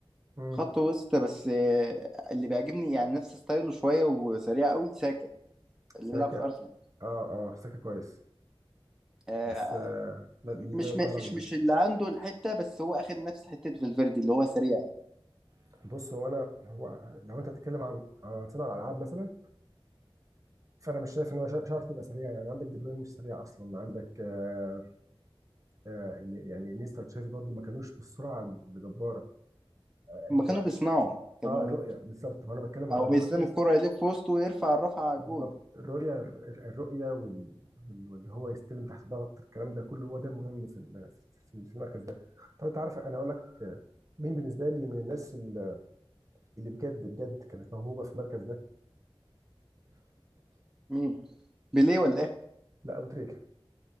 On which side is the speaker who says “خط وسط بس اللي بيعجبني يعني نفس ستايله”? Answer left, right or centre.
Centre